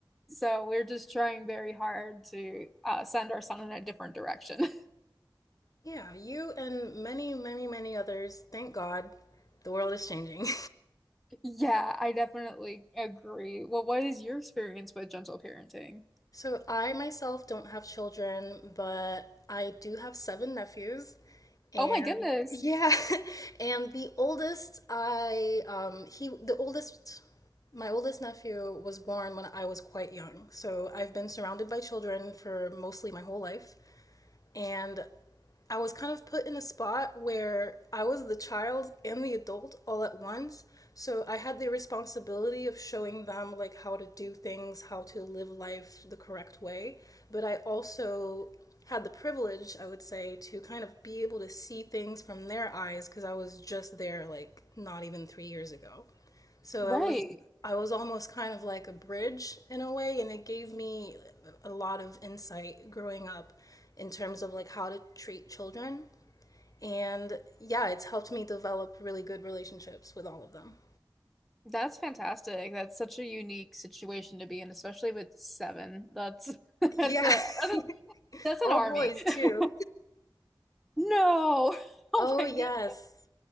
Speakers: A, in the centre; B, on the left.
A: So we're just trying very hard to uh, send our son in a different direction.
B: Yeah, you and many, many, many others, thank God, the world is changing.
A: Yeah, I definitely agree. Well, what is your experience with gentle parenting?
B: <laughs> so I myself don't have children, but I do have seven nephews. And
A: Oh my goodness.
B: yeah, <laughs> and the oldest I um he the oldest my oldest nephew was born when I was quite young. So I've been surrounded by children for mostly my whole life. And I was kind of put in a spot where I was the child and the adult all at once. So I had the responsibility of showing them like how to do things, how to live life the correct way, but I also had the privilege, I would say, to kind of be able to see things from their eyes because I was just there like not even 3 years ago. So
A: Right.
B: it was I was almost kind of like a bridge in a way, and it gave me a lot of insight growing up in terms of like how to treat children. And yeah, it's helped me develop really good relationships with all of them.
A: That's fantastic. That's such a unique situation to be in, especially with seven. That's <laughs> that's
B: Yeah,
A: a that's, a,
B: <laughs>
A: that's an
B: all
A: army.
B: boys
A: <laughs>
B: too.
A: No. Oh
B: Oh
A: my
B: yes.
A: goodness.